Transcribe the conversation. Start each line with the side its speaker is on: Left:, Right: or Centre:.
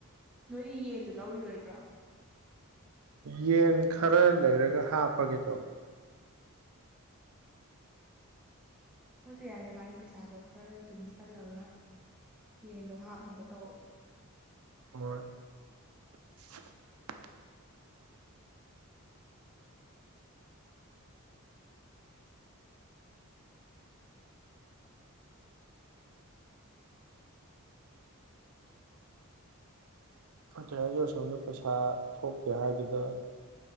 Centre: ꯅꯣꯏ ꯌꯦꯟꯗꯨ ꯂꯧꯔꯤꯔꯣꯏꯗ꯭ꯔꯣ
Right: ꯌꯦꯟ ꯈꯔ ꯂꯩꯔꯒ ꯍꯥꯞꯄꯒꯦ ꯇꯧꯅꯦ
Centre: ꯍꯣꯏ ꯇꯌꯥꯏꯅꯕꯥꯟꯅꯤꯒꯤ ꯄꯩꯁꯥꯗꯣ ꯈꯔ ꯇꯨꯡꯁꯜꯂꯒ ꯌꯦꯟꯗꯣ ꯍꯥꯞꯅꯕ ꯇꯧꯔꯛꯑꯣ
Right: ꯍꯣꯏ <unintelligible> ꯇꯌꯥꯏꯁꯨ ꯑꯁꯣꯝꯗ ꯄꯩꯁꯥ ꯊꯣꯛꯀꯦ ꯍꯥꯏꯗꯨꯗ